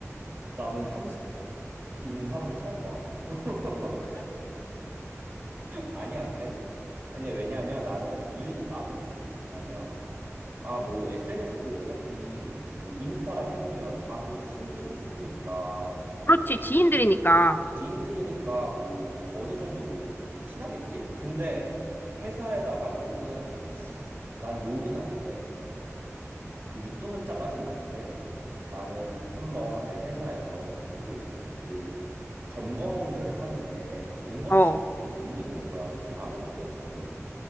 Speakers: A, on the right; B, on the left.
A: 나는 30인 사람을 처음 봐. <laughs> 아니야, 그래도. 근데 왜냐면 나는 이유는 따로 있어. 왜냐면 아, 뭐 SNS 어차피 뭐 인스타라 해보면 다 그래도 친분이 있으니까
B: 그렇지,
A: 그
B: 지인들이니까.
A: 지인들이니까 뭐 어느 정도 뭐 친하겠지? 근데 회사에다가 욕은 난 욕은 아닌데 그 육두문자까지는 아닌데 나는 한번 내 회사에서 그게 있었어. 그 점검을 하는데 점검
B: 어,
A: 시간이 자꾸 밀리는 거야. 그래서 야근했어야 됐거든.